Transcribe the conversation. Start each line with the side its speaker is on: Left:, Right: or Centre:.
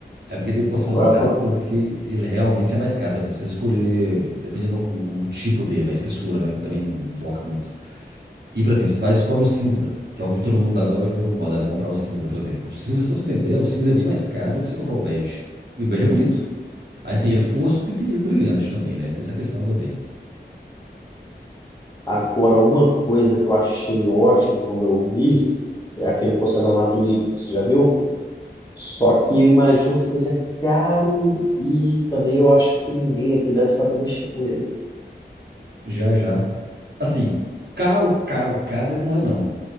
Right: É porque tem porcelanato
Left: Agora, por-
Right: que ele realmente é mais caro. Por exemplo, você escolher, dependendo o, o tipo dele, a espessura, né? Que também invoca muito. E, por exemplo, você vai e escolhe o cinza, que é o que todo mundo agora virou moda, né? Comprar o cinza, por exemplo. O cinza, só pra você entender, o cinza é bem mais caro do que você comprar o bege. E o bege é bonito. Aí tem ele fosco e tem ele brilhante também, né? Tem essa questão também.
Left: agora, uma coisa que eu achei ótimo quando eu vi é aquele porcelanato líquido. Você já viu? Só que eu imagino que seja caro e também eu acho que ninguém aqui deve saber mexer com ele.
Right: Já, já. Assim, caro, caro, caro, ele não é, não.